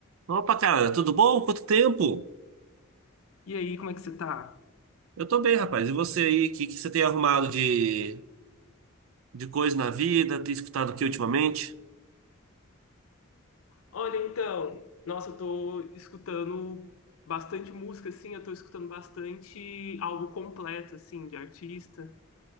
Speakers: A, on the right; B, on the left.
A: Opa, cara, tudo bom? Quanto tempo?
B: E aí, como é que você tá?
A: Eu tô bem, rapaz. E você aí? O que, que você tem arrumado de, de coisa na vida? Tem escutado o que ultimamente?
B: Olha, então, nossa, eu tô escutando bastante música, assim, eu tô escutando bastante álbum completo, assim, de artista.